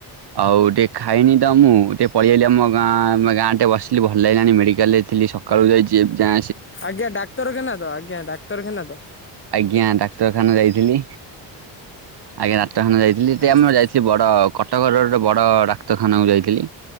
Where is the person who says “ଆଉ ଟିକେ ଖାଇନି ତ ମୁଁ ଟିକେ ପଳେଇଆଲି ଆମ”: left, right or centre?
Right